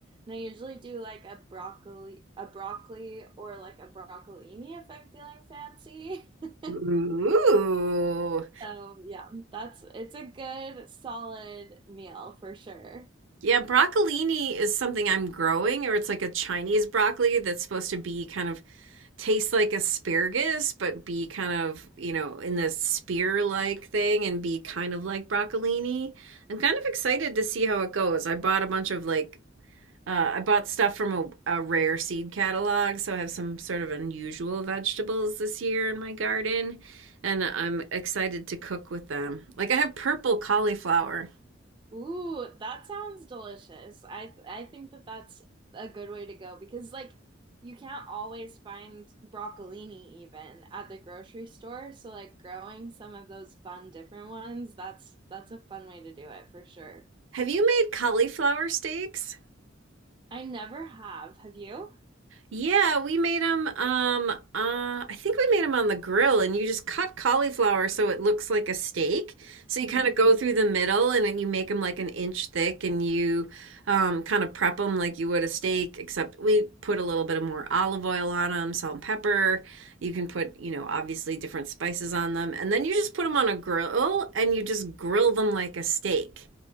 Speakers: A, on the right; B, on the right.
A: And I usually do like a broccoli, a broccoli or like a broccolini if I'm feeling fancy. <laughs>
B: Ooh.
A: So yeah, that's it's a good solid meal for sure.
B: Yeah, broccolini is something I'm growing, or it's like a Chinese broccoli that's supposed to be kind of taste like asparagus, but be kind of, you know, in the spear like thing and be kind of like broccolini. I'm kind of excited to see how it goes. I bought a bunch of like Uh, I bought stuff from a, a rare seed catalog, so I have some sort of unusual vegetables this year in my garden, and I'm excited to cook with them. Like I have purple cauliflower.
A: Ooh, that sounds delicious. I I think that that's a good way to go because like you can't always find broccolini even at the grocery store, so like growing some of those fun different ones, that's that's a fun way to do it for sure.
B: Have you made cauliflower steaks?
A: I never have. Have you?
B: Yeah, we made them. Um, uh, I think we made them on the grill, and you just cut cauliflower so it looks like a steak. So you
A: hmm
B: kind of go Mhm. through the middle, and then you make them like an inch thick, and you um, kind of prep them like you would a steak, except we put a little bit of more olive oil on them, salt and pepper. You can put, you know, obviously different spices on them, and then you just put them on a grill, and you just grill them like a steak,